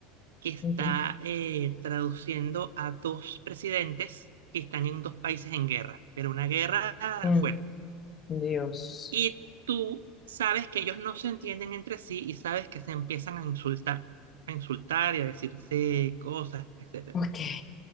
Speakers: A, on the right; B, on the left.
A: que está
B: ujú.
A: eh, traduciendo a dos presidentes que están en dos países en guerra, pero una guerra
B: Mm,
A: fuerte.
B: Dios.
A: Y tú sabes que ellos no se entienden entre sí y sabes que se empiezan a insultar, a insultar y a decirse cosas, etcétera.
B: Ok,